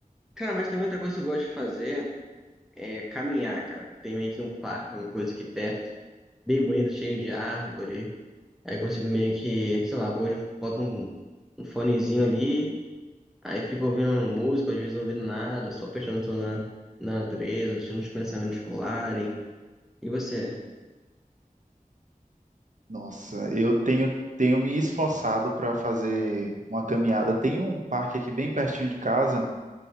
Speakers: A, in the centre; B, on the right.
A: Cara, mas também outra coisa que eu gosto de fazer é caminhar, cara. Tem meio que um parque, uma coisa aqui perto. bem bonito, cheio de árvore. Aí consigo meio que, sei lá, vou, de- boto um, um fonezinho ali, aí fico ouvindo música, às vezes não ouvindo nada, só prestando atenção na, na natureza, deixando os pensamentos rolarem. E você?
B: Nossa, eu tenho, tenho me esforçado para fazer uma caminhada. Tem um parque aqui bem pertinho de casa,